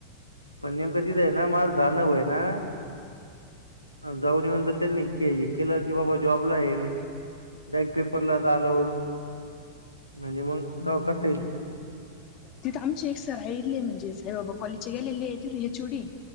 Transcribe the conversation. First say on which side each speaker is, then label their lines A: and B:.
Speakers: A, on the left; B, on the left.
A: पण नेमकं तिथ आहे ना माझ? जाणवय ना जाऊन येऊन त्यांनी हे केलं की बाबा जॉबला आहे डाय पेपरला लवड. म्हणजे मग ग कर येईल.
B: तिथं आमचे एकर राहिले म्हणजे साईबा कॉलेजचे गेलेलेच. चुडी